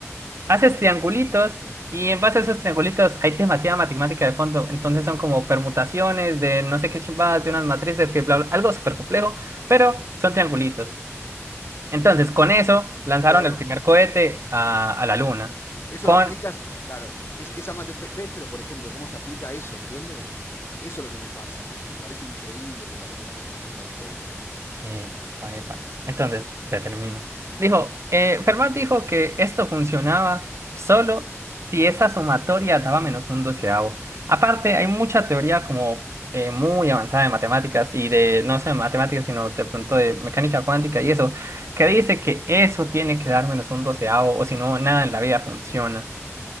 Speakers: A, on the right; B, on the left.
A: haces triangulitos y en base a esos triangulitos hay demasiada matemática de fondo, entonces son como permutaciones de no sé qué chimbadas, de unas matrices, que bla, bla, algo súper complejo, pero son triangulitos.
B: Mirá.
A: Entonces, con eso lanzaron
B: Claro,
A: el primer cohete a, a la luna,
B: eso
A: con...
B: lo aplicas, claro, es- esa mate- ve- ¿ves? Pero por ejemplo, ¿cómo se aplica eso, entiendes? Eso es lo que me pasa, que me parece increíble que la matemática se aplica a todo.
A: Epa, epa. Entonces, te termino. Dijo, eh, Fermat dijo que esto funcionaba solo si esa sumatoria daba menos
B: Mm,
A: un doceavo. Aparte, hay mucha teoría como eh, muy avanzada de matemáticas y de, no solo de matemáticas, sino de pronto de mecánica cuántica y eso, que dice que eso tiene que dar menos un doceavo o si no, nada en la vida funciona.